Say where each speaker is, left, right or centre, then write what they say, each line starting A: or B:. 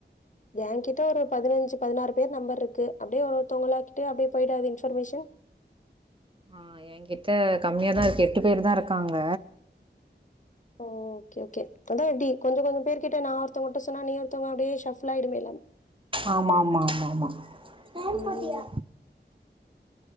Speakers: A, on the left (about 40°); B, on the right (about 30°).
A: ஏன் கிட்ட ஒரு பதினஞ்சு பதினாறு பேர் நம்பர் இருக்கு அப்டியே ஒருத்தவங்களா கிட்ட அப்டியேய் போயிடாது இன்ஃபர்மேஷன்
B: ஹா என்கிட்ட கம்மியாதான் இருக்கு எட்டு பேரு தா இருக்காங்க
A: ஓகே-ஓகே அதான் எப்படி கொஞ்ச- கொஞ்ச பேர் கிட்ட நான் ஒருத்தவங்கிட்ட சொன்னா நீ ஒருத்தங்க அப்டியே ஷாஃபிளாய்டும்
B: ஆமா ஆமா ஆமா ஆமாஆமா
A: ம்.